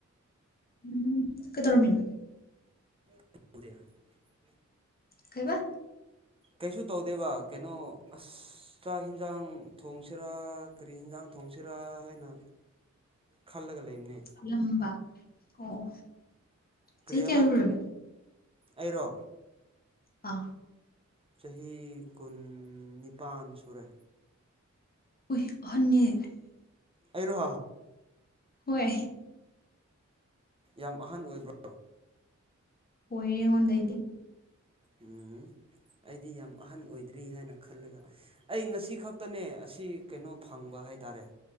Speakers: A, on the left; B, on the right.
A: ꯎꯝ ꯀꯗꯧꯔꯝꯃꯤꯅꯣ
B: <inaudible>
A: ꯀꯩꯕ
B: ꯀꯩꯁꯨ ꯇꯧꯗꯦꯕ ꯀꯩꯅꯣ ꯑꯁ ꯆꯥꯛ ꯌꯦꯟꯖꯥꯡ ꯊꯣꯡꯁꯤꯔꯥ ꯀꯔꯤ ꯍꯤꯟꯖꯥꯡ ꯊꯣꯡꯁꯤꯔꯥ ꯍꯥꯏꯅ ꯈꯜꯂꯒ ꯂꯩꯕꯅꯦ
A: ꯈꯜꯂꯝꯕ ꯑꯣ
B: ꯀꯔꯤ
A: ꯆꯍꯤ
B: ꯍꯥꯏꯕ
A: ꯀꯌꯥ ꯁꯨꯔꯒꯦ
B: ꯑꯩꯔꯣ
A: ꯑꯥ
B: ꯆꯍꯤ ꯀꯨꯟ ꯅꯤꯄꯥꯟ ꯁꯨꯔꯦ
A: ꯎꯏ ꯑꯍꯟꯅꯦ
B: ꯑꯩꯔꯣ
A: ꯍꯣꯏ
B: ꯌꯥꯝ ꯑꯍꯟ ꯑꯣꯏꯕꯔ
A: ꯑꯣꯏꯌꯦ ꯑꯩꯉꯣꯟꯗꯩꯩꯗꯤ
B: ꯎꯝ ꯑꯩꯗꯤ ꯌꯥꯝ ꯑꯍꯟ ꯑꯣꯏꯗ꯭ꯔꯤ ꯍꯥꯏꯅ ꯈꯜꯂꯒ ꯑꯩ ꯉꯁꯤ ꯈꯛꯇꯅꯦ ꯑꯁꯤ ꯀꯩꯅꯣ ꯐꯪꯕ ꯍꯥꯏꯇꯔꯦ